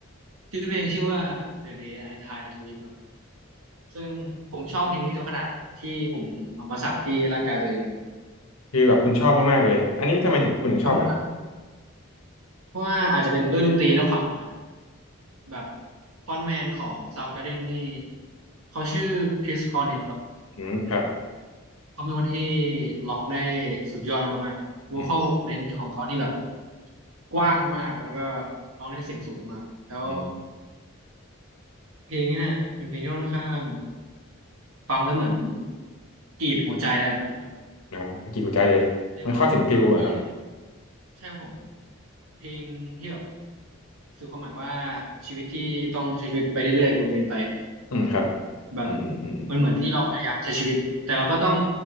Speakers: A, on the right; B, on the left.
A: ชื่อเพลงชื่อว่า The Day I Try to Live ครับซึ่งผมชอบเพลงนี้จนขนาดที่ผมเอามาสักที่ร่างกายตัวเองเลย
B: คือแบบคุณชอบมากๆเลยอันนี้ทำไมถึงคุณถึงชอบลหรครับ
A: ชอบมากๆเลยครับเพราะว่าอาจจะเป็นด้วยดนตรีและความหมายของมันแบบฟรอนต์แมนของ Soundgarden นี่เขาชื่อคริสคอร์เนลครับ
B: อืมครับ
A: เขาเป็นคนที่ร้องได้สุดยอดมากๆ vocal
B: อืม
A: range ของเขานี่แบบ กว้างมากๆแล้วก็ร้องได้เสียงสูงมากแล้ว
B: อืม
A: เพลงนี้เนี่ยเป็นเพลงที่ค่อนข้างฟังแล้วเหมือนกรีดหัวใจนะครับ
B: นะครับกินหัวใจเลยมันเข้าถึงฟิลอะครับ
A: ในความหมายที่แบบใช่ครับผมเพลงที่แบบสื่อความหมายว่าชีวิตที่ต้องใช้ชีวิตไปเรื่อยๆวนเวียนไป
B: อืมครับ
A: แบบ
B: อืมอืมอืม
A: มันเหมือนที่เราพยายามใช้ชีวิตแต่เราก็ต้อง